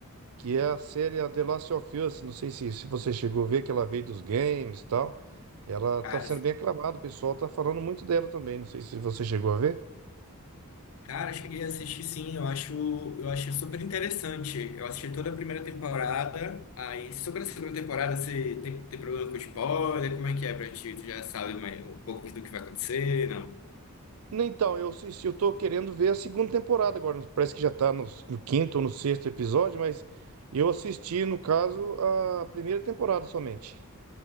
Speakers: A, on the right; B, on the left.
A: que é a série a The Last of Us. Não sei se, se você chegou a ver que ela veio dos games e tal. Ela
B: Cara,
A: tá sendo
B: assim.
A: bem aclamada, o pessoal tá falando muito dela também. Não sei se você chegou a ver.
B: Cara, eu cheguei a assistir sim, eu acho, eu achei super interessante. Eu assisti toda a primeira temporada, aí sobre a segunda temporada você tem, tem problema com spoiler, como é que é pra ti? Tu já sabe mais, um pouco do que vai acontecer, não?
A: Então, eu assisti, eu tô querendo ver a segunda temporada agora. Parece que já tá no, no quinto ou no sexto episódio, mas eu assisti, no caso, a primeira temporada somente.